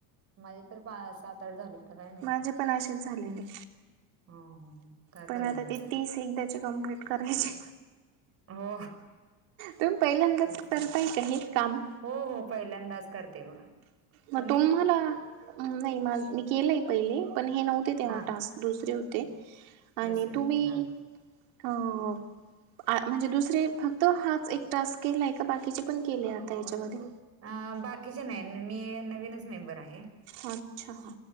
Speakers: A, on the right; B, on the right.
A: माझे तर पार सात आठ झालेत. का काय माहिती
B: माझे पण असेच झालेले
A: हो हो हो. काय
B: पण
A: पर्याय
B: आता
A: नाही
B: ते
A: त्याला
B: तीस एकदा चे कंम्प्लिट करायचे.
A: हो
B: तुम्ही पहिल्यांदाच
A: हेच
B: करताय का हे काम?
A: हो हो पहिल्यांदाच करते बघा.
B: म
A: तुम्ही
B: तुम्हाला नाही मा मी केलंय पहिले पण हे नव्हते तेव्हा
A: हा
B: टास्क. दुसरे होते आणि
A: दुसरे
B: तुम्ही
A: होते हा
B: हो आ म्हणजे दुसरे फक्त हाच एक टास्क केलाय का बाकीचे पण केले आता ह्याच्यामध्ये
A: अ बाकीचे नाय मी नवीनच मेम्बर आहे.
B: अच्छा.